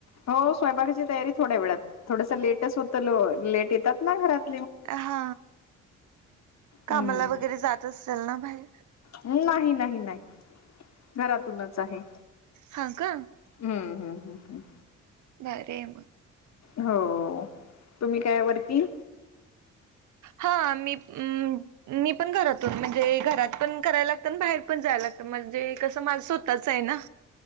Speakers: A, on the left; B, on the right.
A: हो स्वयंपाकाची तयारी थोड्या वेळात थोडंसं लेटच होतं ल लेट येतात ना घरात
B: हा कामाला
A: हम्म
B: वगैरे जात असत्याल ना बाहेर
A: नाही नाही नाही घरातूनच आहे
B: हां का?
A: हम्म हम्म हम् हम्म
B: भारी आहे मग
A: हो तुम्ही कायवरती
B: हा मीम मी पण घरातून, म्हणजे घरात पण करायला लागत आणि बाहेर पण जायला लागत म्हणजे, कसं माझ स्वतःच आहे ना